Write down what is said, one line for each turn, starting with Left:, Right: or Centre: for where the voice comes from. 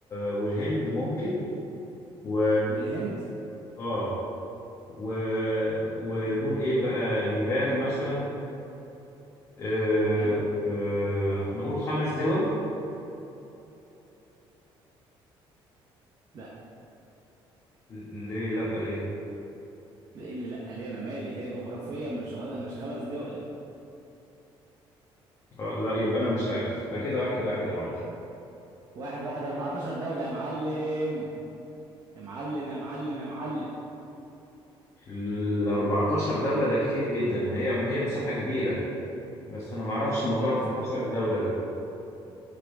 Left: والهند ممكن و
Right: والهند
Left: اه و... ونقول ايه بقى نيبال مثلا آه...
Right: ايوه
Left: آه... نقول خمس دول
Right: لا
Left: ليه لا ليه
Right: لا ايه اللي لا ليه انا مالي هي جغرافيا مش غ... مش خمس دول
Left: آه لا يبقى انا مش عارف يبقى كده واحد واحد يا معلم
Right: واحد واحد 14 دولة يا معلم يا معلم يا معلم يا معلم
Left: ال 14 دولة ده كتير جدا ما هي هي مساحة كبيرة بس انا ما اعرفش موضوع
Right: هي
Left: 14
Right: مساحة كبيرة
Left: دولة ده